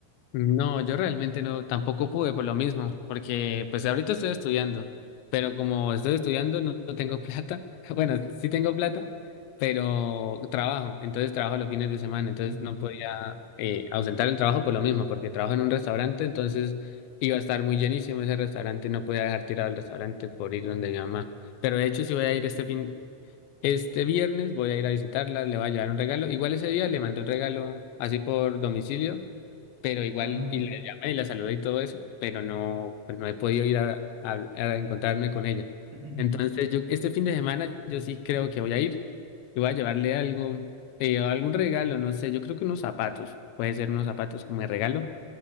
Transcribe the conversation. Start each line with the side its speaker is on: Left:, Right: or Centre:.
Left: No, yo realmente no, tampoco pude por lo mismo, porque pues ahorita estoy estudiando, pero como estoy estudiando no, no tengo plata, <laughs> bueno, sí tengo plata, pero trabajo, entonces trabajo los fines de semana, entonces
Right: Mm,
Left: no podía eh, ausentar el trabajo por lo mismo, porque trabajo en un restaurante, entonces iba a estar muy llenísimo ese restaurante, no podía dejar tirado el restaurante por ir donde mi mamá, pero de hecho sí voy a ir este fin, Este viernes voy a ir a visitarla, le voy a llevar un regalo. Igual ese día le mandé un regalo así por domicilio, pero igual
Right: Ah, ¿verdad?
Left: y la llamé y la saludé y todo eso, pero no, pues no he podido ir a, a- a encontrarme con ella.
Right: <clears throat>
Left: Entonces yo este fin de semana yo sí creo que voy a ir y voy a llevarle algo, eh, algún regalo, no sé, yo creo que unos zapatos, puede ser unos zapatos como de regalo